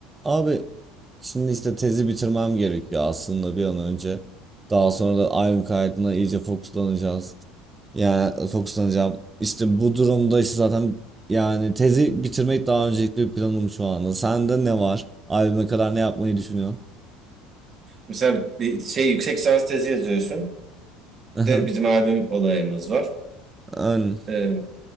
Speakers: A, on the right (about 20°); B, on the right (about 35°).
A: Abi şimdi işte tezi bitirmem gerekiyor aslında bir an önce. Daha sonra da albüm kaydına iyice fokuslanacağız. Yani fokuslanacağım. İşte bu durumda işte zaten yani tezi bitirmek daha öncelikli bir planım şu anda. Sende ne var? Albüme kadar ne yapmayı düşünüyorsun?
B: Mesela bir şey yüksek lisans tezi yazıyorsun.
A: <laughs>
B: Bir De bizim albüm olayımız var.
A: Yani
B: Ee,